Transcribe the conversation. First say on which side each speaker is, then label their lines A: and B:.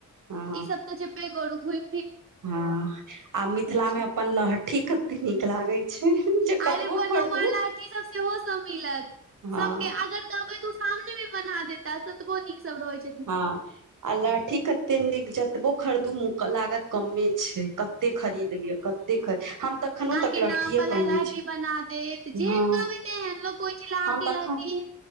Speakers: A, on the right; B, on the right.
A: ह
B: ई सब तऽ जेपे गरू घूइम
A: हँ आ मिथिला
B: छै
A: मे अपन लहठी कते नीक लागै छै जे
B: आइ
A: कतबो
B: रे बनौआ
A: खरीदू
B: लहठी सब सेहो मिलत
A: हँ
B: सबके अगर कहबै तऽ ओ सामने बना देता ततबो नीक सब रहै छै
A: हँ आ लहठी कते नीक जतबो खरीदू लागत कमे छै कते खरीद लिय कते खरी हम तऽ एखनो
B: अहाँ
A: तक
B: के
A: लहठिये
B: नाम वाला
A: पहिने
B: लहठी
A: छी
B: बना देत जेहन
A: हँ
B: कहबै तेहन लोग कहे छैय लाह
A: हम
B: के
A: तऽ एखन
B: लहठी